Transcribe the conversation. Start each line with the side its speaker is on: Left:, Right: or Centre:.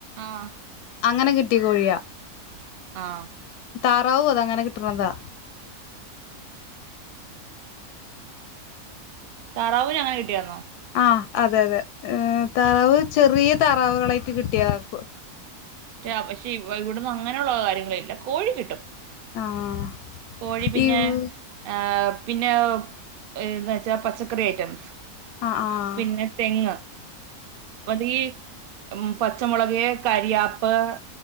Right: ആഹ്
Left: അങ്ങനെ കിട്ടിയ കോഴിയാ.
Right: ആഹ്
Left: താറാവു അത അങ്ങനെ കിട്ടണതാ.
Right: താറാവിന് അങ്ങനെ കിട്ടിയാന്നോ
Left: ആ അതെ അതെ ഏ താറാവ് ചെറിയ താറാവുകളായിട്ട് കിട്ടിയതാ പ്പ്
Right: <unintelligible> പക്ഷേ ഇവ് ഇവിടുന്ന് അങ്ങനെയുള്ള കാര്യങ്ങളെല്ല, കോഴി കിട്ടും.
Left: ആഹ്
Right: കോഴി പിന്നെ
Left: ഇവ്
Right: ഏ പിന്നൊ എ റ്റ പച്ചക്കറി ഐറ്റം
Left: ആഹ് ആഹ്
Right: പിന്നെ തെങ്ങ് അത് ഈ മ് പച്ചമുളക് കരിയാപ് എ